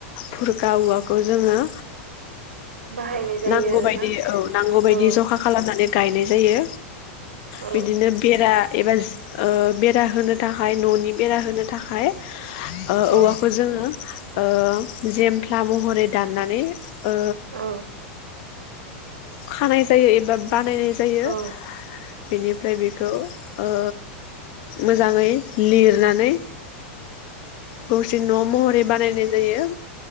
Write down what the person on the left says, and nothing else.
फुरगा औवाखौ जोङो,
नांगौ
बायदि औ नांगौ बायदि
जखा खालामनानै गायनाय जायो।
बिदिनो बेरा एबा ओ बेरा होनो थाखाय न'नि बेरा होनो थाखाय। ओ
औवाखौ जोङो ओ जों फ्ला महरै दाननानै ओ।
खानाय जायो एबा बानायनाय जायो
बेनिफ्राय बेखौ ओ मोजाङै लिरनानै गंसे न' महरै बानायनाय जायो,